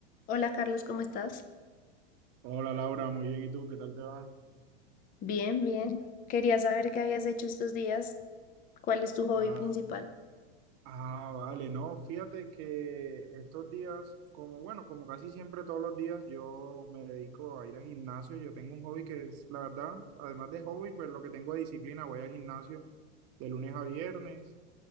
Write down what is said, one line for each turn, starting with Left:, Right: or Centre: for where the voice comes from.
Left: Hola Carlos, ¿cómo estás?
Right: Hola Laura, muy bien. ¿Y tú? ¿Qué tal te va?
Left: Bien, bien. Quería saber qué habías hecho estos días, cuál es tu hobby
Right: Ah,
Left: principal.
Right: ah, vale, no, fíjate que estos días, como bueno, como casi siempre todos los días, yo me dedico a ir al gimnasio. Yo tengo un hobby que es, la verdad, además de hobby, pues lo que tengo de disciplina, voy al gimnasio de lunes a viernes.